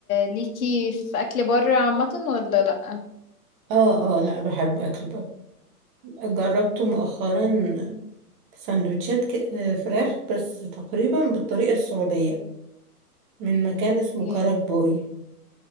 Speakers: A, on the left (about 60°); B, on the right (about 30°).
A: ليكي في اكل بره عامه ولا لا
B: اه اه لا بحب اكل بره جربت مؤخرا سندوتشات ك- فراخ بس تقريبا بالطريقه السعوديه من مكان اسمه
A: إيه؟
B: كرك بوي